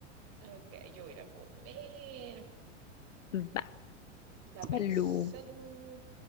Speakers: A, on the right; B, on the left.
A: Ok, yo voy a ir a comer.
B: Mm, Va,
A: La
B: salud.
A: vez. Salud.